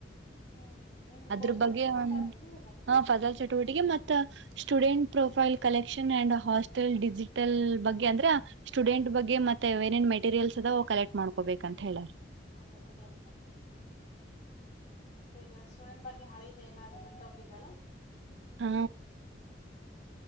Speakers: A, on the left; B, on the right.
A: ಹ್ಮ್ ನಿಮ್ದು
B: ಅದ್ರ
A: ಪೋಸ್ಟ್
B: ಬಗ್ಗೆ
A: ಮೆಟ್ರಿಕ್ ಕೊಟ್ಟಾರ ಏನ್ ಇವಾಗ
B: ಹ ಫಜಾಲ್ ಚಟುವಟಿಕೆ ಮತ್ತೆ <unintelligible> student profile collection and hostel digital ಬಗ್ಗೆ ಅಂದ್ರ ಸ್ಟೂಡೆಂಟ್ ಬಗ್ಗೆ ಮತ್ತೆ ಏನೇನ್ ಮೆಟೀರಿಯಲ್ಸ್ ಅದ ಕಲೆಕ್ಟ್ ಮಾಡ್ಕೋಬೇಕಂತ ಹೇಳರ್
A: ಅದೆಲ್ಲ ಕಲೆಕ್ಟ್ ಮಾಡ್ಕೋಬೇಕು ಮತ್ತೆ ಸ್ಟೂಡೆಂಟ್ ಬಗ್ಗೆ ಹಳಿ ಇದೆ ಏನಾದ ಬಿಟ್ಟು ಹೋಗಿದ್ದಲ್ಲ
B: ಹಾ
A: <inaudible>